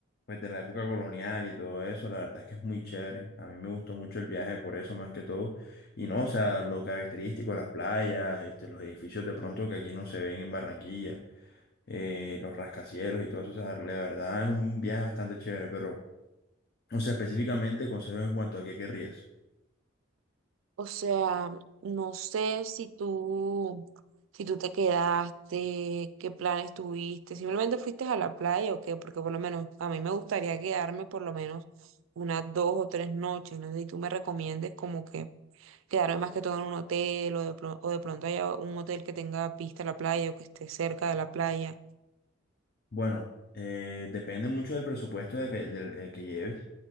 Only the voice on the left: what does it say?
pues de la época colonial y todo eso, la verdad es que es muy chévere. A mí me gustó mucho el viaje por eso más que todo. Y no, o sea, lo característico, las playas, este, los edificios de pronto que aquí no se ven en Barranquilla, eh, los rascacielos y todo eso, o sea, la verdad es un viaje bastante chévere, pero, o sea, específicamente consejos en cuanto a qué querrías.
Bueno, eh, depende mucho del presupuesto de que, del, eh, que lleves,